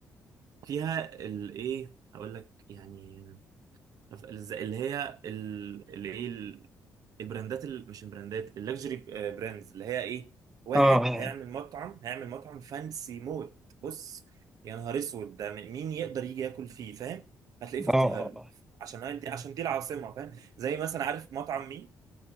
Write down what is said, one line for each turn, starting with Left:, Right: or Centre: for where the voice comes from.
Right: فيها الايه هقول لك يعني نف- الز- اللي هي ال- اللي ايه ال- البراندات ال- مش البراندات اللكجري براندز اللي هي ايه واحد
Centre: اه اه
Right: هيعمل مطعم هيعمل مطعم فانسي موت بص يا نهار اسود ده م- مين يقدر يجي ياكل فيه فاهم هتلاقيه في القاهره
Centre: اه اه
Right: عشان هاي دي عشان دي العاصمه فاهم زي مثلا عارف مطعم مين